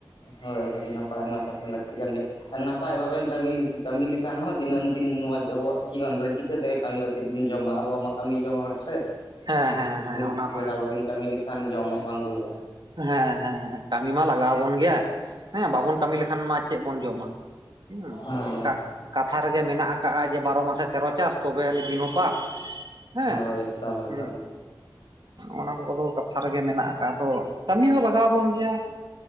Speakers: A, on the left; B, on the right.
A: ᱦᱳᱭ, ᱦᱳᱭ, ᱱᱟᱯᱟᱭ ᱢᱟ ᱛᱟᱦᱮᱱ ᱞᱟᱹᱠᱛᱤ ᱠᱟᱱ ᱜᱮ᱾ ᱟᱨ ᱱᱟᱯᱟᱭ ᱵᱟᱵᱮᱱ ᱠᱟᱹᱢᱤ, ᱠᱟᱹᱢᱤ ᱞᱮᱠᱷᱟᱱ ᱦᱚᱸ ᱫᱤᱱᱟᱹᱢ ᱫᱤᱱ ᱱᱚᱶᱟ ᱟᱵᱚᱣᱟᱜ ᱡᱤᱭᱚᱱ ᱨᱮ ᱪᱤᱠᱟᱹᱛᱮ ᱠᱟᱹᱢᱤ ᱠᱟᱛᱮᱫ ᱵᱤᱱ ᱡᱚᱢᱟ, ᱟᱵᱚᱣᱟᱜ ᱢᱟ ᱠᱟᱹᱢᱤ ᱡᱚᱝ ᱦᱚᱲ ᱥᱮ᱾
B: ᱦᱮᱸ ᱦᱮᱸ᱾ ᱦᱮᱸ
A: ᱢᱤᱫ
B: ᱚᱱᱟ
A: ᱵᱮᱲᱟ
B: ᱢᱟ
A: ᱵᱟᱹᱵᱤᱱ ᱠᱟᱹᱢᱤ ᱞᱮᱠᱷᱟᱱ ᱡᱚᱢᱟᱜ ᱵᱟᱝ ᱠᱩᱲᱟᱹᱜᱼᱟ᱾
B: ᱦᱮᱸ ᱦᱮᱸ᱾ ᱠᱟᱹᱢᱤ ᱢᱟ ᱞᱟᱜᱟᱣ ᱟᱵᱚᱱ ᱜᱮᱭᱟ᱾ ᱦᱮᱸ, ᱵᱟᱵᱚᱱ ᱠᱟᱹᱢᱤ ᱞᱮᱠᱷᱟᱱ ᱢᱟ ᱪᱮᱫ ᱵᱚᱱ ᱡᱚᱢᱟ? ᱦᱩᱸ᱾
A: ᱦᱳᱭ
B: ᱠᱟᱛ ᱠᱟᱛᱷᱟ ᱨᱮᱜᱮ ᱢᱮᱱᱟᱜ ᱟᱠᱟᱫᱼᱟ ᱡᱮ ᱵᱟᱨᱚ ᱢᱟᱥᱮ ᱛᱮᱨᱚ ᱪᱟᱥ ᱛᱚᱵᱮ ᱟᱹᱱᱤᱡ ᱫᱤᱱᱚ ᱵᱟᱫᱽ, ᱦᱮᱸ᱾
A: ᱦᱳᱭ ᱮᱠᱫᱚᱢ ᱮᱠᱫᱚᱢ
B: ᱦᱩᱸ᱾ ᱚᱱᱟ ᱠᱚ ᱠᱚᱫᱚ ᱠᱟᱛᱷᱟ ᱨᱮᱜᱮ ᱢᱮᱱᱟᱜ ᱟᱠᱟᱫ-ᱟ, ᱟᱫᱚ᱾ ᱠᱟᱹᱢᱤ ᱫᱚ ᱞᱟᱜᱟᱣ ᱟᱵᱚᱱ ᱜᱮᱭᱟ᱾